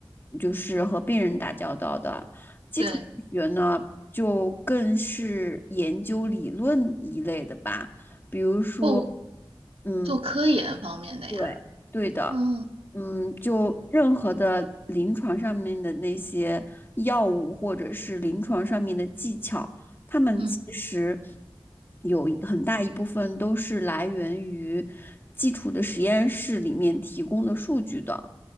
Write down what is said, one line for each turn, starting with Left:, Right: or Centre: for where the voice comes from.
Left: 就是和病人打交道的。基础医学呢，
Right: 对，
Left: 就更是研究理论一类的吧，比如说，
Right: 哦，
Left: 嗯，
Right: 做科研方面的呀，
Left: 对，对的，
Right: 嗯
Left: 嗯，就任何的临床上面的那些药物或者是临床上面的技巧，
Right: 嗯
Left: 他们其实
Right: 嗯
Left: 有一很大一部分都是来源于基础的实验室里面提供的数据的，